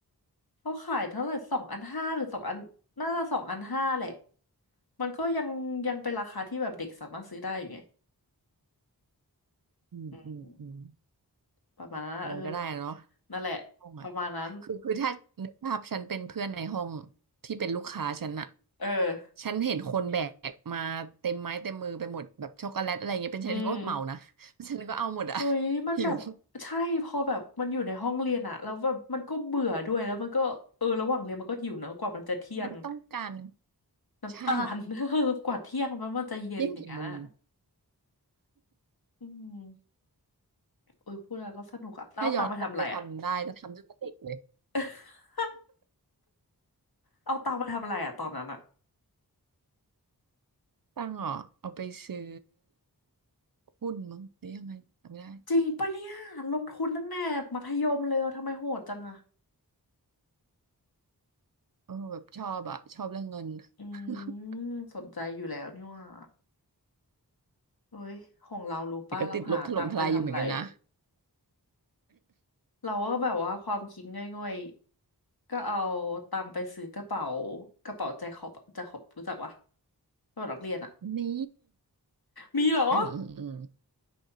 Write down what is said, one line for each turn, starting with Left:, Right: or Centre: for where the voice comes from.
Left: เขาขายเท่าไหร่สองอันห้าหรือสองอันน่าจะสองอันห้าแหละมันก็ยังยังเป็นราคาที่แบบเด็กสามารถซื้อได้อยู่ไง
Right: อืมอืมอืม
Left: อืมประมาณนั้นอะเออ
Right: อะไรก็ได้เนาะ
Left: นั่นแหละประมาณนั้น
Right: ห้องอ่ะคือคือถ้านึกภาพฉันเป็นเพื่อนในห้องที่เป็นลูกค้าฉันอะ
Left: เออ
Right: ฉันเห็นคนแบกมาเต็มไม้เต็มมือไปหมดแบบช็อกโกแลตอะไรเงี้ยเป็นฉันฉันก็เหมานะ
Left: อืม
Right: ฉันก็เอาหมดอะ
Left: เฮ้ยมันแบบใช่พอแบบมันอยู่ในห้องเรียนอะแล้วแบบมันก็เบื่อด้วยแล้วมันก็เออระหว่างเรียนมันก็หิวนะกว่ามันจะเที่ยง
Right: <laughs> หิวมันต้องการ
Left: น้ำตาล
Right: ใช่
Left: <laughs> กว่าเที่ยงมันมันจะเย็นอย่างนั้นอ่ะ
Right: ยิ่งกี่โมง
Left: อืมอุ้ยพูดแล้วก็สนุกอ่ะแล้วเอาตังค์ไปทำอะไรอ่ะ
Right: ถ้าย้อนกลับไปทำได้จะทำตั้งแต่เด็กเลย
Left: <laughs> เอาตังค์ไปทำอะไรอ่ะตอนนั้นอ่ะ
Right: ตังค์เหรอ่ะเอาไปซื้อหุ้นมั้งหรือยังไงจำไม่ได้
Left: จริงปะเนี่ยลงทุนตั้งแต่มัธยมเลยอะทำไมโหดจังอ่ะ
Right: เออแบบชอบอ่ะชอบเรื่องเงิน
Left: อื
Right: <laughs>
Left: มสนใจอยู่แล้วนี่หว่าเฮ้ยของเรารู้ป่ะเราหาตังค์ไปทำอะไร
Right: แต่ก็ติดลบถล่มทลายอยู่เหมือนกันนะ
Left: เราก็แบบว่าความคิดง่อยๆก็เอาตังค์ไปซื้อกระเป๋ากระเป๋าแจ็คขอบแจ็คขอบรู้จักปะกระเป๋านักเรียนอ่ะ
Right: นี่
Left: มีเหรอ
Right: อืมอืมอืม